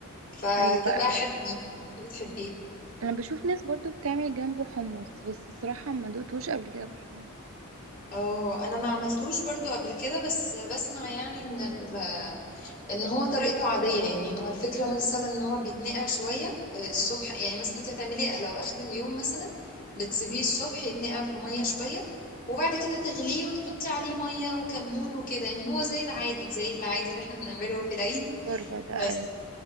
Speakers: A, on the left; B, on the right.
A: فهتبقى
B: أيوة أيوة
A: حلوة لو انتي بتحبيها
B: أنا بشوف ناس برضو بتعمل جنبه حمص بس الصراحة ما دوقتوش قبل كده بالحمص
A: اه انا ما عملتوش برضو قبل كده بس بسمع يعني ان ال- ان هو طريقته عادية يعني هو الفكرة مثلا ان هو بيتنقع شوية آه، الصبح
B: أها.
A: يعني مثلا انت هتعملي إيه؟ لو اخر اليوم مثلا بتسيبيه الصبح يتنقع في مية شوية وبعد كده تغليه وتحطي عليه مية وكمون وكده يعني هو زي العادي زي العادي اللي احنا بنعمله في العيد
B: شوربة ده
A: بس
B: أيوة